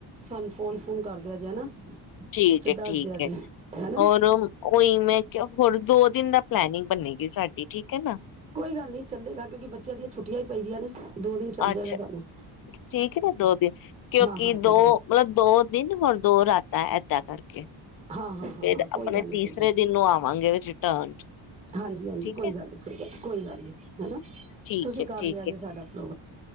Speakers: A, on the right; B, on the left.
A: ਸਾਨੂੰ ਫੋਨ ਫੋਨ ਕਰਦੇ ਆ ਜੇ ਹਨਾ।
B: ਠੀਕ
A: ਤੇ
B: ਹੈ
A: ਦੱਸ
B: ਠੀਕ
A: ਦਿਆ
B: ਹੈ,
A: ਜੇ ਹਨਾ
B: ਹੋਰ ਉਹੀ ਮੈਂ ਹੋਰ ਦੋ ਦਿਨ ਦਾ ਪਲਨਿੰਗ ਬਣੇਗੀ ਸਾਡੀ ਠੀਕ ਹੈ ਨਾ,
A: ਕੋਈ ਗੱਲ ਨੀ ਚੱਲੇਗਾ ਕਿਉਂਕਿ ਬੱਚਿਆਂ ਦੀਆਂ ਛੁੱਟੀਆਂ ਹੀ ਪੈਦੀਆਂ ਨੇ ਦੋ ਦਿਨ ਚੱਲ
B: ਅੱਛਾ,
A: ਜਾਏਗਾ ਸਾਨੂੰ
B: ਠੀਕ ਨਾ ਦੋ ਦਿਨ ਕਿਉਂਕਿ
A: ਹਾਂ ਹਾਂ
B: ਦੋ
A: ਠੀਕ ਨੇ
B: ਮਤਲਬ ਦੋ ਦਿਨ ਹੋਰ ਦੋ ਰਾਤਾਂ, ਐਦਾ ਕਰਕੇ,
A: ਹਾਂ-ਹਾਂ-ਹਾਂ-ਹਾਂ,
B: ਫਿਰ
A: ਕੋਈ
B: ਆਪਣੇ
A: ਗੱਲ ਨੀ
B: ਤੀਸਰੇ
A: ਕੋਈ ਗੱਲ ਨੀ
B: ਦਿਨ ਨੂੰ ਆਵਾਂਗੇ ਰਿਟਰਨ
A: ਹਾਂਜੀ ਹਾਂਜੀ
B: ਠੀਕ
A: ਕੋਈ
B: ਹੈ,
A: ਗੱਲ ਨੀ ਕੋਈ ਗੱਲ ਕੋਈ ਗੱਲ ਨੀ ਹਨਾ,
B: ਠੀਕ
A: ਤੁਸੀਂ
B: ਹੈ,
A: ਕਰ
B: ਠੀਕ
A: ਲਿਆ ਜੇ
B: ਹੈ।
A: ਸਾਡਾ ਆਪੋ